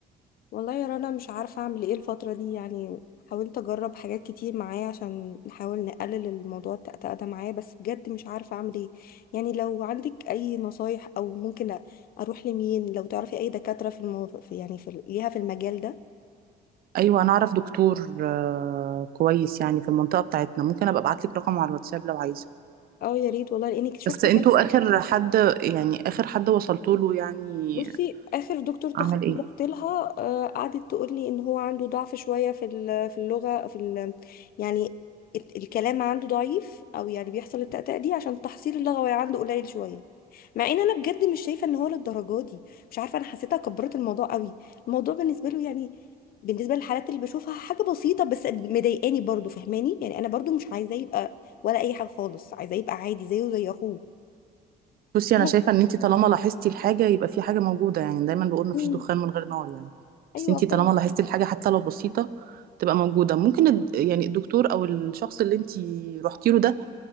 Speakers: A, on the left; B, on the right.
A: والله يا رنا مش عارفة أعمل إيه الفترة دي يعني حاولت أجرب حاجات كتير معايا عشان نحاول نقلل الموضوع التأتأة ده معايا بس بجد مش عارفة أعمل إيه يعني لو عندك أي نصايح أو ممكن أ- أروح لمين لو تعرفي أي دكاترة في المو... في- يعني في ال- ليها في المجال ده
B: ايوه انا اعرف دكتور آه، كويس يعني في المنطقه بتاعتنا ممكن ابقى ابعت لك رقمه على الواتساب لو عايزه
A: أه يا ريت والله لأنك شفت
B: بس انتوا اخر حد يعني اخر حد وصلتوا له يعني
A: بصي اخر دكتور تخاطب
B: عمل ايه
A: رحت لها آه، قعدت تقول لي ان هو عنده ضعف شويه في ال- في اللغه في ال يعني ال- الكلام عنده ضعيف او يعني بيحصل التأتأة دي عشان تحصيل اللغوي عنده قليل شويه مع ان انا بجد مش شايفه ان هو للدرجه دي مش عارفه انا حسيتها كبرت الموضوع قوي الموضوع بالنسبه له يعني بالنسبه للحالات اللي بشوفها حاجه بسيطه بس مضايقاني برضو فاهماني يعني انا برضو مش عايزاه يبقى ولا اي حاجه خالص عايزاه يبقى عادي زيه زي اخوه
B: بصي انا
A: أنا-
B: شايفه ان انت طالما لاحظتي الحاجه يبقى في حاجه موجوده يعني دايما بقول مفيش
A: مم.
B: دخان من غير نار يعني بس
A: ايوه
B: انت طالما
A: فعلا
B: لاحظتي الحاجه حتى لو بسيطه تبقى موجوده ممكن الد- يعني الدكتور او الشخص اللي انت رحتي له ده